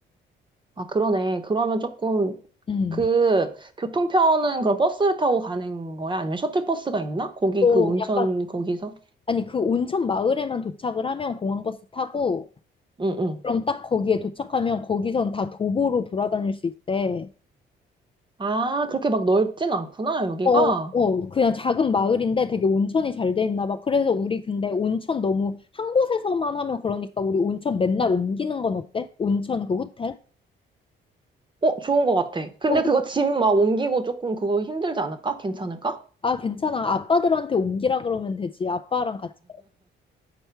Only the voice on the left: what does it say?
음.
또
약간
아니 그 온천 마을에만 도착을 하면 공항버스 타고
그럼 딱 거기에 도착하면 거기선 다 도보로 돌아다닐 수 있대
어 어 그냥 작은 마을인데 되게 온천이 잘 돼 있나 봐 그래서 우리 근데 온천 너무 한 곳에서만 하면 그러니까 우리 온천 맨날 옮기는 건 어때? 온천 그 호텔?
어,
아, 괜찮아. 아빠들한테 옮기라 그러면 되지. 아빠랑 같이.